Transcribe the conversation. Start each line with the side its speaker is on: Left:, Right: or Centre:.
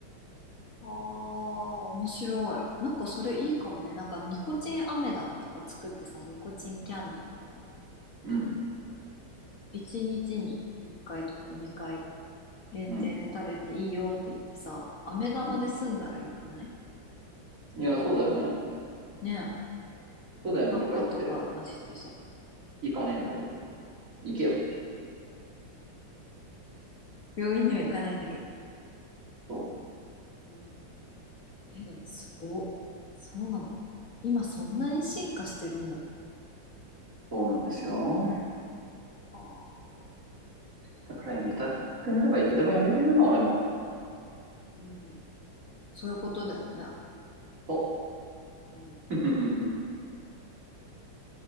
Left: ああ、面白い。なんかそれいいかもね。
Right: そ
Left: なんかニコチン飴玉とか作ってさ、ニコチンキャンディーみたいな。
Right: う。うん。
Left: 1日に1回とか2回限定で食べていいよって言ってさ、
Right: うん。
Left: 飴玉で済んだらよくない
Right: うん。いや、
Left: 無糖の。
Right: そうだよね。
Left: ねえ、
Right: そうだよねとか言って、
Left: 悪化とか混じってさ、
Right: 行かねえんだけどさ。行けよっていう。
Left: 病院には行かないんだけどって。
Right: そう。
Left: うん。え、でもすごっ。そうなんだ。今そんなに進化してるんだね。
Right: そうなんですよ。
Left: ああ。
Right: だからやめたくなればいつでもやめれるの、俺も。
Left: うん。そういうことだよね。
Right: そ
Left: うん。
Right: う。<laughs>